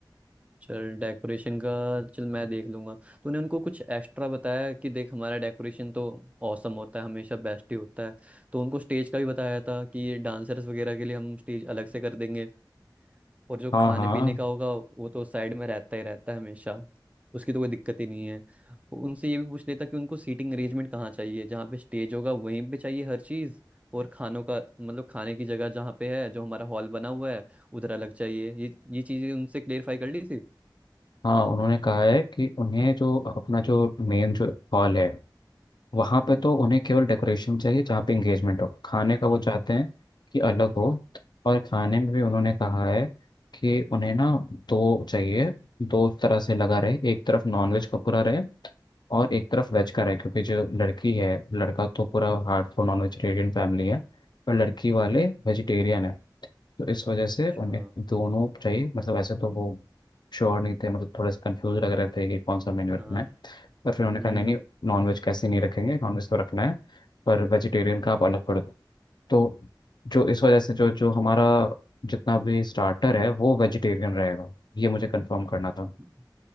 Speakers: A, on the right; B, on the left.
A: चल डेकोरेशन का चल मैं देख लूंगा तूने उनको कुछ एक्स्ट्रा बताया कि देख हमारा डेकोरेशन तो औसम होता है हमेशा बेस्ट ही होता है तो उनको स्टेज का भी बताया था कि डांसर्स वगैरह के लिए हम स्टेज अलग से कर देंगे और जो
B: हाँ
A: खाने
B: हाँ
A: पीने का होगा वो तो साइड में रहता ही रहता है हमेशा उसकी तो कोई दिक्कत ही नहीं है उनसे ये भी पूछ लेता कि उनको सीटिंग अरेंजमेंट कहाँ चाहिए जहाँ पे स्टेज होगा वहीं पे चाहिए हर चीज़ और खानों का मतलब खाने की जगह जहाँ पे है जो हमारा हॉल बना हुआ है उधर अलग चाहिए ये ये चीज़ें उनसे क्लेरिफाई कर ली थी
B: हाँ उन्होंने कहा है कि उन्हें जो अपना जो मेन जो हॉल है वहाँ
A: हम्म
B: पे तो उन्हें केवल डेकोरेशन चाहिए जहाँ पे इंगेजमेंट हो खाने का
A: हम्म
B: वो चाहते हैं कि अलग हो और खाने में भी उन्होंने कहा है कि उन्हें ना दो चाहिए दो तरह से लगा रहे
A: हम्म
B: एक तरफ नॉनवेज का पूरा रहे और एक तरफ वेज का है क्योंकि जो
A: हम्म,
B: लड़की है लड़का तो पूरा हार्डकोर नॉन वेजिटेरियन फैमिली है पर लड़की वाले वेजिटेरियन
A: हम्म,
B: है तो इस वजह से
A: अच्छा
B: उन्हें दोनों चाहिए मतलब ऐसे तो वो श्योर नहीं थे मतलब थोड़े से कंफ्यूज लग रहे थे कि कौन सा मेन्यू रखना
A: हाँ
B: है पर फिर उन्होंने
A: हम्म
B: कहा नहीं नहीं नॉन वेज कैसे नहीं रखेंगे नॉन वेज तो रखना है पर वेजिटेरियन का आप अलग कर दो तो जो इस वजह से जो जो हमारा जितना भी स्टार्टर है वो वेजिटेरियन रहेगा ये मुझे कंफर्म करना था
A: हम्म,